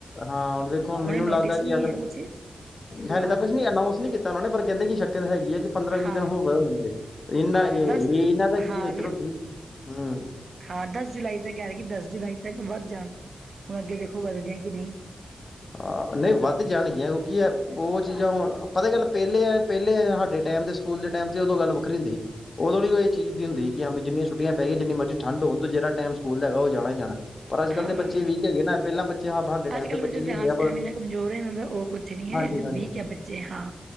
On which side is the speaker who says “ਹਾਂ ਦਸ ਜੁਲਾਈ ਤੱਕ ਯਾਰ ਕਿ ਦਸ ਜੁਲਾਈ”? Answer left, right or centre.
Right